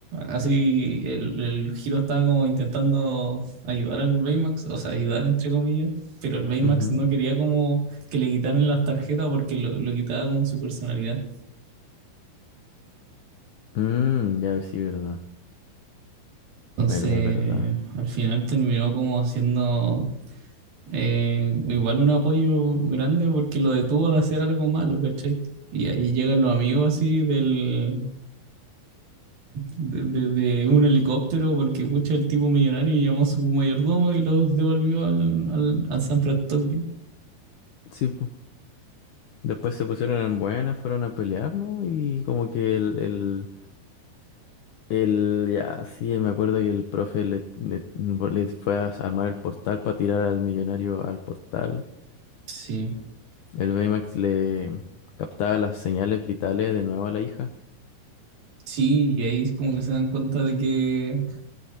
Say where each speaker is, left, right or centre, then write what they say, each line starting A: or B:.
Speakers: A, on the right; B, on the left.
A: así el, el Hiro estaba como intentando ayudar al Baymax, o sea, ayudar entre comillas, pero el Baymax
B: ujú,
A: no quería como que le quitaran las tarjetas porque lo, lo quitaba con su personalidad.
B: mm, ya sí, verdad.
A: Entonces,
B: Verdad, verdad.
A: al final terminó como siendo eh, igual un apoyo grande porque lo detuvo de hacer algo malo, ¿cachai? Y ahí llegan los amigos así del, de, de- de un helicóptero porque pucha el tipo millonario llamó a su mayordomo y los devolvió al, al, a San Francisco.
B: Sí, pues. Después se pusieron en buena, fueron a pelear, ¿no? Y como que el, el, el- ya, sí, me acuerdo que el profe le, le- le fue a armar el portal para tirar al millonario al portal.
A: Sí,
B: El Baymax le captaba las señales vitales de nuevo a la hija.
A: sí, y ahí es como que se dan cuenta de que,